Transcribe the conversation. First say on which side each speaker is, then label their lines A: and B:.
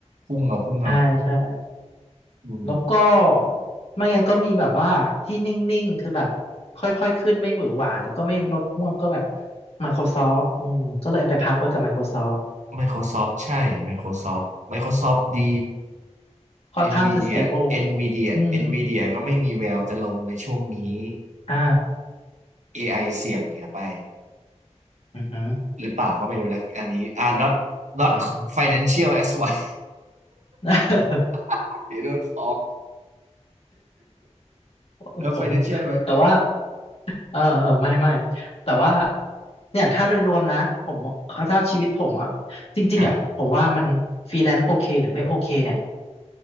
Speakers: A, on the right; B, on the left.
A: พุ่งเอาพุ่งเอา
B: ใช่ใช่
A: อืม
B: แล้วก็ไม่งั้นก็มีแบบว่าที่นิ่งๆคือแบบค่อยๆขึ้นไม่หวือหวาแต่ก็ไม่ลดฮวบก็แบบ Microsoft อืมก็เลยเอาไปพักไว้กับ Microsoft
A: Microsoft ใช่ Microsoft Microsoft ดี
B: ค่อนข้างจะ
A: Nvidia
B: stable
A: Nvidia
B: อืม
A: Nvidia ก็ไม่มีแววจะลงในช่วงนี้
B: อ่า
A: AI เสี่ยงเหียไป
B: อือหือ
A: หรือเปล่าก็ไม่รู้นะอันนี้อ่า not not
B: อืม
A: financial as why
B: <laughs>
A: <laughs> they don't ฟ a l k
B: โอโห
A: แล้ว <laughs> financial ไหม
B: แต่ว่าเออเออไม่ไม่แต่ว่าเนี่ยถ้าโดยรวมนะผมมองถ้าชีวิตผมอะจริงๆอะผมว่ามันฟรีแลนซ์โอเคหรือไม่โอเคเนี่ย
A: อ่า